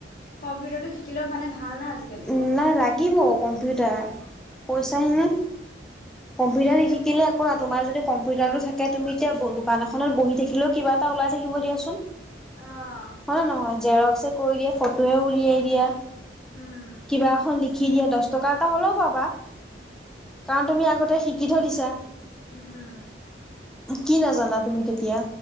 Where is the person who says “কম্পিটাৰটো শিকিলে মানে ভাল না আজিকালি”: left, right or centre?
Left